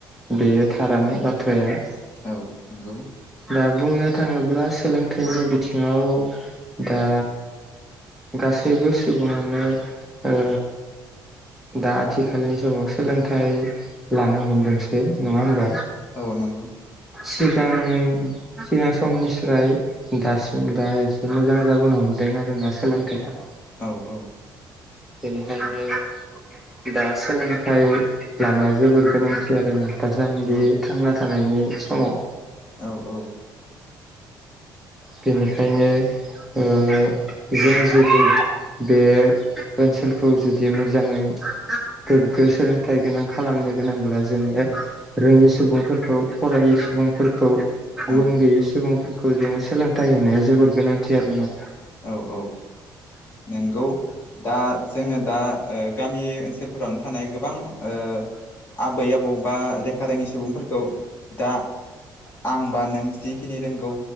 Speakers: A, in the centre; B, on the left (about 30°).
A: बेयो थारानो बाथ्राया
B: औ नंगौ
A: दा बुंनो थाङोब्ला सोलोंथाइनि बिथिङाव दा गासैबो सुबुङानो ओ दा आथिखालनि समाव सोलोंथाइ लानो हमदोंसै नङा होमबा?
B: औ नंगौ
A: सिगां सिगां समनिस्राय दासिम दा एसे मोजां जाबोनो हमदों आरोना सोलोंथाइया।
B: औ औ
A: बेनिखायनो दा सोलोंथाइ लानाय जोबोर गोनांथि आरोना दासान्दि
B: औ
A: थांना थानायनि समाव
B: औ औ
A: बेनिखायनो ओ जों जुदि बे ओनसोलखौ जुदि मोजाङै गोग्गो सोलोंथाइ गोनां खालामनो गोनांब्ला जोङो रोङि सुबुंफोरखौ फरायै सुबुंफोरखौ गुबु
B: औ
A: गैयै सुबुंफोरखौ जोङो सोलोंथाइ होनाया जोबोर गोनांथि आरोना।
B: औ औ नोंगौ। दा जोङो दा ओ गामि ओनसोलफोरावनो थानाय गोबां ओ आबै आबौ बा लेखा रोङि सुबुंफोरखौ दा आं बा नों जिखिनि रोंगौ